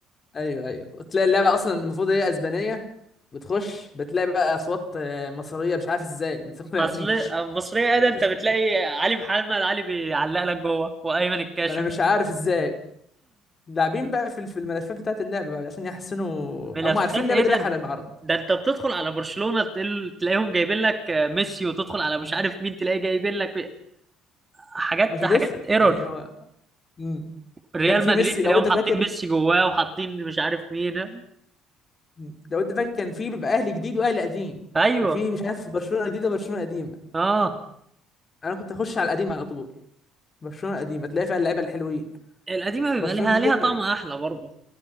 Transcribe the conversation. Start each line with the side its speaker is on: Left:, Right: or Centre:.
Left: ايوه ايوه وتلاقي اللعبه اصلا المفروض هي اسبانيه بتخش بتلاقي بقى اصوات آه، مصريه مش عارف ازاي ما تقنعنيش
Right: اصل مصرية ايه
Left: <laughs>
Right: ده انت بتلاقي علي محمد علي بيعلق لك جوه وايمن الكاشف
Left: انا مش عارف ازاي لاعبين بقى في في الملفات بتاعت اللعبه بقى عشان يحسنوا
Right: ملفات
Left: هم عارفين اللعبه
Right: ايه
Left: دي
Right: ده
Left: رايحه على المعرض
Right: ده انت بتدخل على برشلونة تقل- تلاقيهم جايبين لك آه، ميسي وتدخل على مش عارف مين تلاقي جايبين لك حاجات
Left: مش هتفرق
Right: حاجات
Left: يعني
Right: ايرور
Left: هو مم.
Right: ريال
Left: وكان في
Right: مدريد
Left: ميسي لو
Right: تلاقيهم
Left: انت
Right: حاطين
Left: فاكر
Right: ميسي جواه وحاطين مش عارف مين
Left: مم. لو انت فاكر كان في بيبقى اهلي جديد واهلي قديم
Right: ايوه
Left: وفي مش عارف برشلونه جديده برشلونه قديمه
Right: اه
Left: انا كنت اخش على القديم على طول برشلونه قديمه تلاقي فيها اللعيبه الحلوين
Right: القديمة بيبقى
Left: برشلونه
Right: ليها
Left: الجديده
Right: ليها طعم
Left: تلاقي
Right: احلى برضه